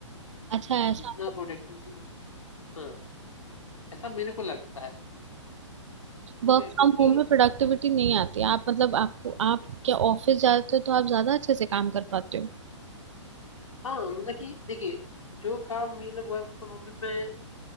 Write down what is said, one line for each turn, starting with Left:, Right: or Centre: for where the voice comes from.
Right: अच्छा ऐसा
Left: जितना प्रोडक्टिविटी हाँ ऐसा मेरे को लगता है ठीक
Right: वर्क
Left: है
Right: फ्रॉम
Left: क्योंकि
Right: होम में प्रोडक्टिविटी नहीं आती आप मतलब आपको आप क्या ऑफिस जाते हो तो आप ज्यादा अच्छे से काम कर पाते हो
Left: हाँ मतलब कि देखिए जो काम ये लोग वर्क फ्रॉम होम में